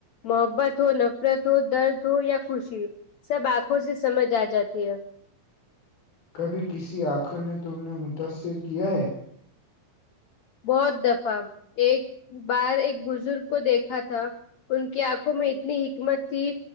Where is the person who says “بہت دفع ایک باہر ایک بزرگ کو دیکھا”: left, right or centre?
Left